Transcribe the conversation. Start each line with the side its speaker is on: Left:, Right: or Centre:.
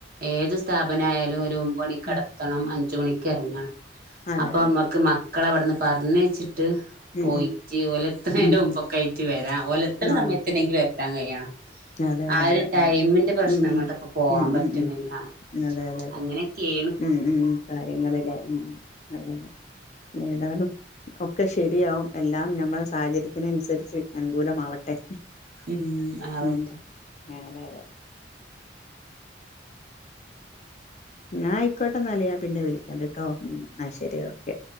Right: ഏത് സ്ഥപ- അവനായാലും ഒരു- മണിക്കടത്തണം
Left: ഉം
Right: അഞ്ച് മണിക്ക് ഇറങ്ങണം
Left: അതെ
Right: അപ്പൊ
Left: അതെ
Right: നമ്മക്ക് മക്കള അവിടന്ന് പറഞ്ഞ് ച്ചി <unintelligible> ട്ട്
Left: ഉം
Right: പോയിചിപോലെ
Left: ഉം
Right: <unintelligible> ഫിലുംമ്പൊക്ക
Left: ഉം
Right: ആയിട്ട് വരാ ഓലെത്ത
Left: ആഹ്
Right: സമയത്ത് <unintelligible> വരാ എത്താൻ കഴിയണം
Left: ആഹ് അതെ അതെ ഉം ഉം ഉം ആഹ് അതെ അതെ
Right: ആ ഒരു
Left: അതെ
Right: ടൈമിന്റെ പ്രശ്നങ്ങേണ്ട്
Left: ഉം ഉം
Right: ഇപ്പോ പോവാൻ
Left: ഉം
Right: പറ്റുന്നില്ല
Left: ഉം ഉം അതെ അതെ അതെ
Right: അങ്ങനെക്കെ-
Left: ഉം ഉം കാര്യങ്ങളല്ലേ ഉം അതതെ ഏതാലും ഒക്കെ ശരിയാവും എല്ലാം നമ്മള സാഹചര്യത്തിന് അനുസരിച്ച് അനുകൂലമാവട്ടെ
Right: ഉം ആവട്ടെ
Left: ഉം ആ അതെ അതെ ഞായി <unintelligible> <unintelligible> പിന്നെ വിളിക്കാ കേട്ടോ ഉം ആ ശെരി ഓക്കെ